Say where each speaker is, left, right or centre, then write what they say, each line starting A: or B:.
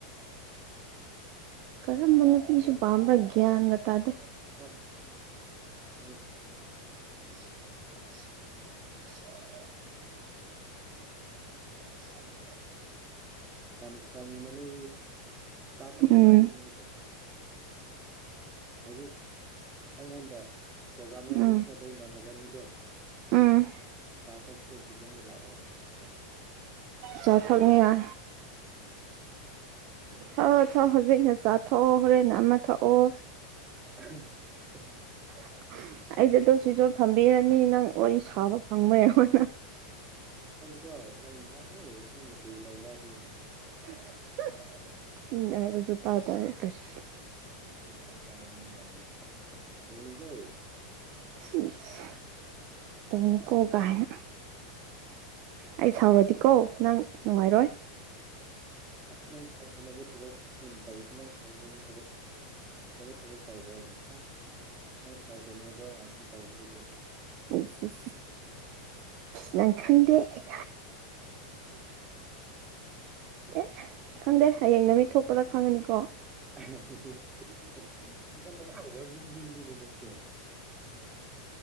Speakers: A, on the right (about 25°); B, on the right (about 55°).
A: <unintelligible>
B: ꯀꯔꯝꯕ ꯅꯨꯄꯤꯁꯨ ꯄꯥꯝꯕ꯭ꯔꯥꯒ꯭ꯌꯥꯟꯒ ꯇꯥꯗꯦ
A: <inaudible>
B: <unintelligible> <unintelligible>
A: ꯌꯥꯝ ꯀꯪꯕꯅꯦ ꯆ ꯊꯛꯁꯦ
B: ꯎꯝ
A: ꯍꯥꯏ <unintelligible> ꯍꯧꯖꯤꯛ ꯑꯩꯉꯣꯟꯗ ꯄ꯭ꯔꯣꯒ꯭ꯔꯥꯝ ꯌꯥꯎꯕꯗ
B: ꯎꯝ
A: ꯁꯦꯝꯕ ꯏꯃꯥꯟꯅꯕꯅꯤꯗꯣ
B: ꯎꯝ
A: ꯆꯥꯊꯛꯁꯦ ꯆꯤꯗꯪꯗ ꯂꯥꯛꯑꯣ ꯍꯥꯏꯅ ꯍꯥꯏ
B: ꯆ ꯊꯛꯅꯤꯉ‌ꯦ
A: ꯑꯥ
B: ꯊꯥꯛꯑꯣ ꯊꯥꯛꯑꯣ ꯍꯧꯖꯤꯛꯅ ꯆꯥꯊꯣꯛꯑꯣ ꯍꯣꯔꯦꯟ ꯑꯃ ꯊꯥꯛꯑꯣ
A: <unintelligible>
B: <unintelligible>
A: ꯅꯪ
B: ꯑꯩꯗ ꯑꯗꯨꯣ ꯁꯤꯖꯣ ꯊꯝꯕꯤꯔꯅꯤ ꯅꯪ ꯋꯥꯔꯤ ꯁꯥꯕ ꯐꯪꯕꯣꯏꯉꯣꯅ
A: ꯀꯣ ꯅꯪꯗꯤ ꯋꯥꯅꯤ ꯅꯪꯅ ꯀꯔꯤ ꯇꯧꯕ ꯑꯗꯨꯗꯤꯅꯪ
B: <unintelligible> ꯎꯝ ꯍꯥꯏꯒꯁꯨ ꯇꯥ ꯇ ꯀꯁꯤ
A: <unintelligible> ꯇꯧꯅꯨꯀꯣ
B: <unintelligible> ꯇꯨꯝꯀ‌ꯣ ꯀꯥꯏꯅ ꯑꯩ ꯁꯥꯎꯔꯗꯤꯀꯣ ꯅꯪ ꯅꯨꯡꯉꯥꯏꯔꯣꯏ
A: ꯅꯪ ꯁꯥꯎꯅꯅꯕ ꯊꯕꯛ <unintelligible> ꯑꯩꯅ ꯁꯥꯎꯅꯕ ꯊꯕꯛ <unintelligible> ꯍꯥ ꯅꯪ ꯁꯥꯎꯗꯅꯕ <unintelligible> ꯇꯧꯕꯗꯨꯗ
B: ꯏꯁ ꯏꯁ ꯅꯪ ꯈꯪꯗꯦ ꯀꯥꯏ ꯑꯦ ꯈꯪꯗꯦ ꯍꯌꯦꯡ ꯅꯨꯃꯤꯠ ꯊꯣꯛꯄꯗ ꯈꯪꯉꯅꯤꯀꯣ
A: <unintelligible>